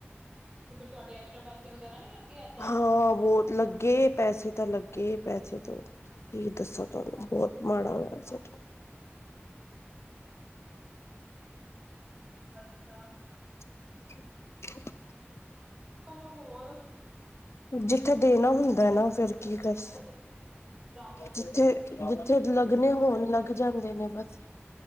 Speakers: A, on the right (about 15°); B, on the left (about 75°).
A: ਤੇ ਫਿਰ ਤੁਆਡੇ ਐਕਸਟਰਾ ਪੈਸੇ ਵਗੈਰਾ ਨੀ ਲੱਗੇ ਐਦਾਂ।
B: ਹਾਂ ਬਹੁਤ ਲੱਗੇ ਪੈਸੇ ਤਾਂ ਲੱਗੇ ਪੈਸੇ ਤੋ ਕੀ ਦੱਸਾਂ ਤੁਆਨੂੰ ਬੋਤ ਮਾੜਾ ਹੋਏਆ ਸਾਡੇ ਨਾਲ।
A: ਬੱਛੇਆ।
B: <unintelligible>
A: ਕੰਮੋ ਹੋਰ
B: ਜਿੱਥੇ ਦੇਨਾ ਹੁੰਦਾ
A: ਫਿਰ ਹੁਣ
B: ਨਾ
A: ਤੇ
B: ਫੇਰ
A: ਫਿਰ
B: ਕੀ ਦੱਸ,
A: ਟਾਈਮ ਸਿਰ ਪਹੁੰਚ ਗਏ ਆਰਾਮ ਨਾਲ
B: ਜਿੱਥੇ ਜਿੱਥੇ ਲੱਗਨੇ ਹੋਨ ਲੱਗ ਜਾਂਦੇ ਨੇ ਬਸ।